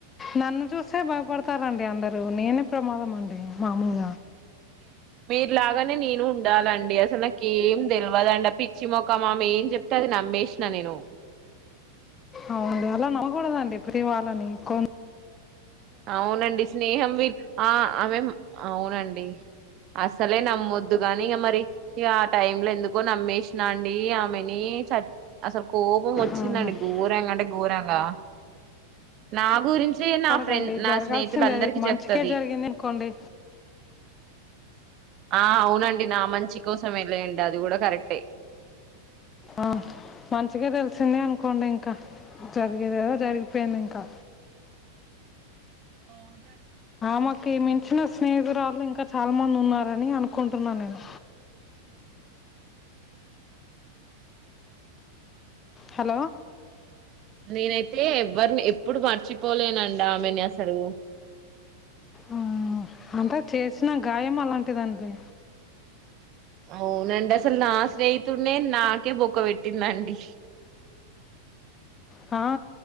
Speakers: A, on the left; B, on the right.
A: నన్ను చూస్తే బాయపడతారంండి అందరు నేను ప్రమాదమండి మామూలుగా
B: మీరు లాగానే నేను ఉండాలండి అసలు ఏం తెలివదండి ఆ పిచ్చి మొకామామే ఏం చెప్తే ఆది నమేష్ న నేను
A: అవుంది అలా నవ్వకూడదండి ఇ ప్రీ వాళ్ళని కొ
B: అవునండి స్నేహం వ ఆ ఆమె అవునండి అసలే నమ్మోద్ దుగాని ఇక మరి ఇ ఆ టైమ్ లో ఎందుకోని నమ్మేష్ అండి ఆమెని చ అసలు కోపం వచ్చ
A: ఆ,
B: చిన్నండి గోరంగా అంటే గో పోరాగా నా గురించిే నా
A: దండి జరగాల్సింద
B: స్నేహితులందరికీ
A: మంచికే
B: చెప్తది
A: జరిగింది అనుకోండి
B: ఆ అవునండి నా మంచి కోసమే లేండి అది కూడా కరెక్టే
A: ఆ మంచిగా తెలిసింది అనుకోండి ఇంకా జరిగేదెదో జరిగిపోయింది ఇంకా
B: అవునండి.
A: మ ే మించిన స్నేహితురాళు ఇంకా చాలా మంది ఉన్నారని అనుకుంటున్నాను నేను హలో
B: నేనైతే ఎవరిని ఎప్పుడు మర్చిపోలేనండి ఆమెనసలు
A: ఆ, అంటే చేసిన గాయం అలాంటిదండి
B: అవునండి అసలు నా స్నేహితుడిే నాకే బొక్క పెట్టిందండి
A: హా